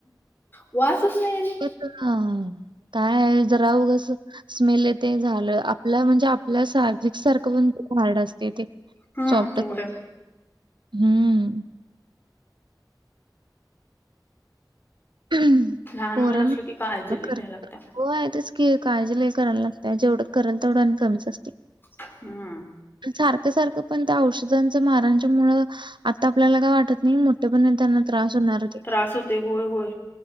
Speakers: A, on the left; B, on the right.
A: वासच नाही आणि
B: काय-काय, जरा ऊगचं स्मेल येतंय झालं आपलं, म्हणजे आप आपलं साजिक सारखं पण हार्ड असतं ते,
A: हम्म
B: सॉफ्ट
A: होय
B: हम्म. पोरांना
A: लहान मुलं असलं की काळजी
B: म्ह,
A: लई
B: कर
A: घ्यायला लागत्या
B: होय तेच कि की, काळजी लई कराय लागतिया. जेवढं करंल, तेवढं आणि कमीच असतंय.
A: हम्म.
B: सारखं-सारखं पण त्या औषधांच्या मारांच्या मुळ आता आपल्याला काय वाटत नाही, मोठं मोठेपणी त्यांना त्रास होणारच आहे
A: त्रास होते होय होय